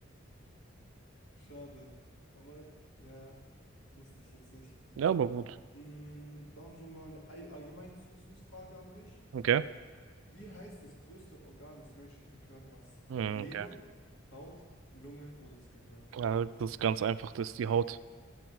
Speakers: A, on the left (about 75°); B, on the right (about 85°).
A: Schade. Aber ja, wusste ich jetzt nicht.
B: Ja, aber gut.
A: Mm, dann so mal eine all allgemeines Wissensfrage an dich.
B: Okay.
A: Wie heißt das größte Organ des menschlichen Körpers?
B: Hm,
A: Leber,
B: Okay.
A: Haut, Lunge oder das Gehirn?
B: Ja, das ist ganz einfach, das ist die Haut.